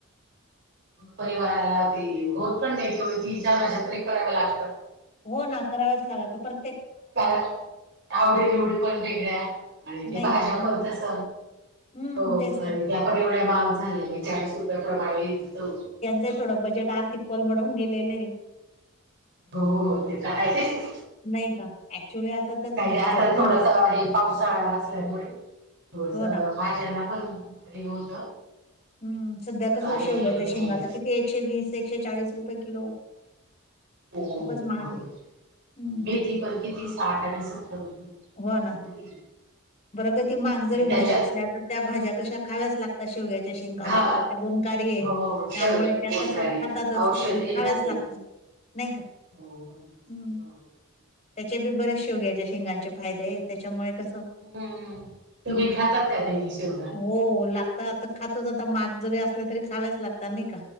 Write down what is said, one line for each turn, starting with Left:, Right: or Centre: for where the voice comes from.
Right: परिवाराला ते होत पण देतो तीन चार माझ तरी कराव्या लागतं
Left: हो ना कराव्याच लागा का पर
Right: कारण आवडी निवडी पण वेगळ्या आणि ते
Left: नाही
Right: भाज्या
Left: का हा
Right: पण कस
Left: हम्म
Right: हो
Left: तेच
Right: अरे
Left: तर
Right: त्या पण एवढ्या महाग झाले चाळीस रुपया प्रमाणे विकतो
Left: ते थोडं बजेट आर्थिक कोलमडून गेलेल आहे.
Right: हो ते तर आहेच.
Left: नाही का? ॲक्चुअली आता तर
Right: काही
Left: म्हणजे
Right: आता
Left: जरी
Right: थोडस
Left: महाग
Right: हे पावसाळा असल्यामुळे थोडसं
Left: हो ना.
Right: भाज्यांना पण हे होत
Left: हम्म सध्या कसं
Right: आणि
Left: शेवग्याच्या शेंगा तर किती एकशे वीस एकशे चाळीस रुपये किलो
Right: हो
Left: खूपच महाग
Right: बरोबर
Left: आहे. हं,
Right: मेथी पण किती साठ आणि सत्तर रुपये
Left: हो ना
Right: जुडी
Left: बरं का ती महाग जरी
Right: आणि त्याच्यात
Left: भाज्या असल्या तर त्या भाज्या कशा खाव्यास लागत शेवग्याच्या शेंगा
Right: हा
Left: वगैरे त्या गुणकारी
Right: हो
Left: आहे त्यामुळे
Right: हो, सगळं
Left: त्या
Right: गुणकारी
Left: कसं खातातच
Right: औषध हे
Left: खावच
Right: ना
Left: लागत
Right: ते
Left: हम् नाही का
Right: हो म्हशीचं
Left: हम्म
Right: बरोबर आहे.
Left: त्याचे बी बरेच शेग्याच्या शेंगांचे फायदे त्याच्यामुळे कसं
Right: हम्म तुम्ही
Left: हं.
Right: खातात का नाही शिवगा
Left: हो लागत आता खातोच आता महाग जरी असल्या तरी खावावेच लागत नाही का